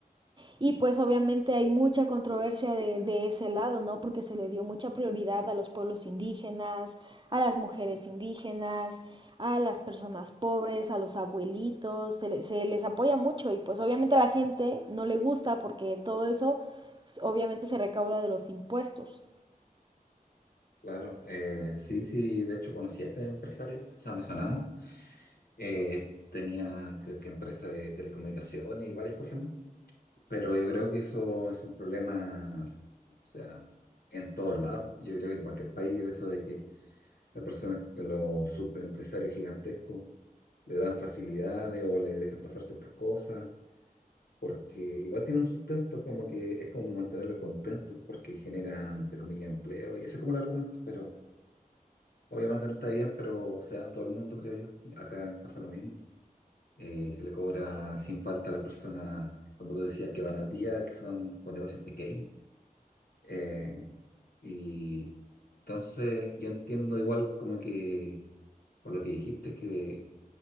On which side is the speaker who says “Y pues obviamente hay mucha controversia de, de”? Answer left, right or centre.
Right